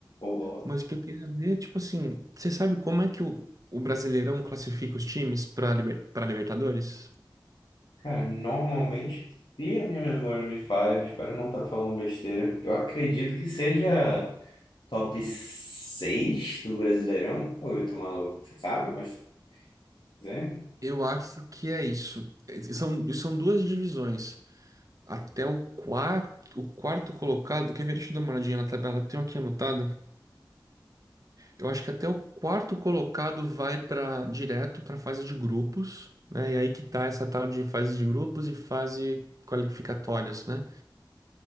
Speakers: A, on the left; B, on the right.
A: Ou, ou-
B: mas o que eu queria ver, tipo assim, você sabe como é que o, o Brasileirão classifica os times para liber, para Libertadores?
A: cara, normalmente, se a minha memória me falha, eu espero não estar falando besteira, eu acredito que seja top 6 do Brasileirão, ou eu tô maluco, você sabe, mas... né?
B: Eu acho que é isso. Eh, São, são duas divisões. Até o quarto, o quarto colocado, quer ver? Deixa eu dar uma olhadinha na tabela, eu tenho aqui anotado. Eu acho que até o quarto colocado vai para direto para fase de grupos, né? E aí que tá essa tal de fase de grupos e fase qualificatórias, né?